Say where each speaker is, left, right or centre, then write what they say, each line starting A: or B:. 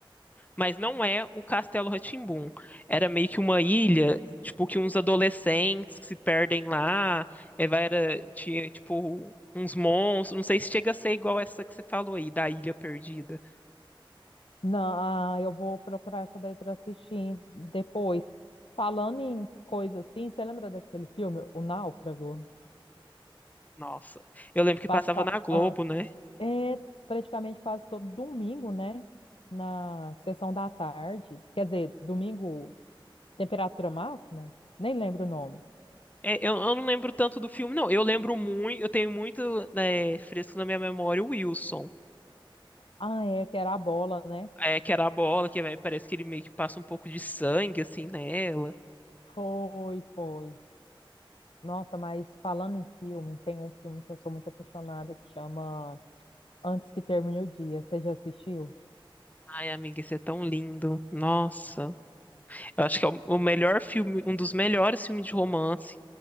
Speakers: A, on the left (about 15°); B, on the left (about 80°).
A: Mas não é o Castelo rá Era meio que uma ilha, tipo, que uns adolescentes que se perdem lá, é, vai, era, tinha, tipo, uns monstros. Não sei se chega a ser igual essa que você falou aí, da Ilha Perdida.
B: Não, ah, eu vou procurar essa daí para assistir depois. Falando em coisa assim, você lembra daquele filme, O Náufrago?
A: Nossa, eu lembro que
B: Passa,
A: passava na Globo,
B: ah,
A: né?
B: é praticamente quase todo domingo, né? Na sessão da tarde. Quer dizer, domingo, temperatura máxima? Nem lembro o nome.
A: É, eu, eu não lembro tanto do filme, não. Eu lembro muito, eu tenho muito, né, fresco na minha memória o Wilson.
B: Ah, é, que era a bola, né?
A: É, que era a bola, que vai, parece que ele meio que passa um pouco de sangue, assim, nela.
B: Foi, foi. Nossa, mas falando em filme, tem um filme que eu sou muito apaixonada que chama Antes que Termine o Dia. Você já assistiu?
A: Ai, amiga, isso é tão lindo. Nossa. Eu acho que é o o melhor filme, um dos melhores filmes de romance